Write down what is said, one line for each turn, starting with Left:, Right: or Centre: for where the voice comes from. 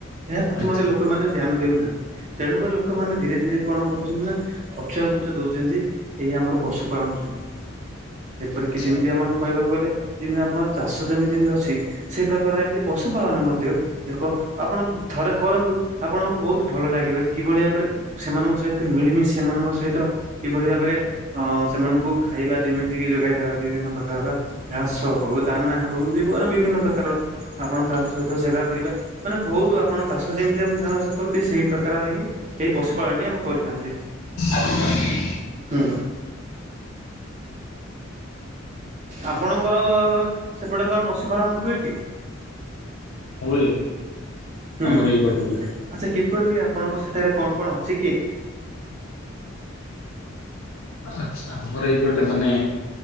Right: ଏହା ପ୍ରତି
Left: ଆଚ୍ଛା
Right: ମଧ୍ୟ ଲୋକମାନେ ଧ୍ୟାନ ଦେଉନାହାନ୍ତି ତେଣୁକରି ଲୋକମାନେ ଧୀରେ ଧୀରେ କଣ କରୁଛନ୍ତି ନା ପଛୁଆ ଗୁଞ୍ଚା ଦଉଛନ୍ତି ଏଇ ଆମର ପଶୁପାଳନ ଯୋଗୁଁ ଯେପରିକି
Left: ଆଚ୍ଛା
Right: ଯେମିତି ଆମର କହିବାକୁ ଗଲେ ଯେମିତି ଆପଣଙ୍କର ଚାଷ ଯମି ଯେମିତି ଅଛି ସେଇ ପ୍ରକାରରେ ଏମିତି ପଶୁପାଳନ ମଧ୍ୟ ଦେଖ ଆପଣ ଥରେ କରନ୍ତୁ ଆପଣଙ୍କୁ ବହୁତ ଭଲ ଲାଗିବ ଯେ କିଭଳି ଭାବରେ ସେମାନଙ୍କ ସହିତ ମିଳିମିଶି ସେମାନଙ୍କ ସହିତ କିଭଳି ଭାବରେ ଅଁ ସେମାନଙ୍କୁ ଖାଇବା ଯେମିତିକ ଯୋଗାଇଦବା ବିଭିନ୍ନ ପ୍ରକାରର। ଘାସ ହଉ ଦାନା ହଉ <unintelligible> ବିଭିନ୍ନ ପ୍ରକାରର। ଆପଣ ତାଙ୍କ ସହିତ ସେବା କରିବା। ମାନେ ବହୁତ ଆପଣ ଚାଷ ଯେମିତି ଆମେ ଧାନ ଚାଷ କରନ୍ତି, ସେଇ ପ୍ରକାରର ହିଁ ଏଇ ପଶୁପଳନଟି ଆମେ କରିଥାନ୍ତି।
Left: ଆଜ୍ଞା।
Right: ହୁଁ। ଆପଣଙ୍କର ସେପଟେ କଣ ପଶୁପାଳନ ହୁଏ କି?
Left: ହୁଏ।
Right: ହୁଁ।
Left: ଆମର ଏଇପଟ ବି।
Right: ଆଚ୍ଛା କିପରି ହୁଏ? ଆପଣଙ୍କ ସେଠାରେ କଣ କଣ ଅଛି କି?
Left: ଆଚ୍ଛା ଆମର ଏଇ ପଟେ ମାନେ